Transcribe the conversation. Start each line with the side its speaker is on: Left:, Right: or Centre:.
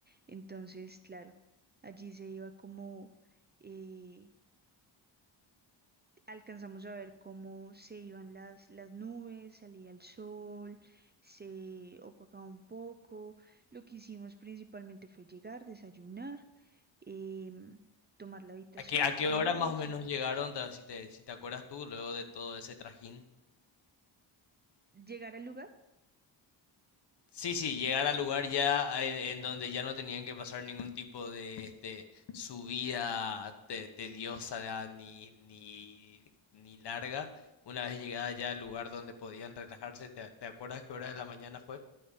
Right: Entonces, claro, allí se iba como eh, alcanzamos a ver cómo se iban las, las nubes, salía el sol, se opacaba un poco. Lo que hicimos principalmente fue llegar, desayunar, em, tomar la habitación,
Left: ¿A qué a qué
Right: cambiarnos,
Left: hora más o menos llegaron, ta- si te si te acuerdas tú, luego de todo ese trajín?
Right: llegar al lugar
Left: Sí, sí, llegar al lugar ya a- en, en donde ya no tenían que pasar ningún tipo de este, subida te- tediosa ni, ni, ni larga. Una vez llegada ya al lugar donde podían relajarse, ¿te, te acuerdas qué hora de la mañana fue?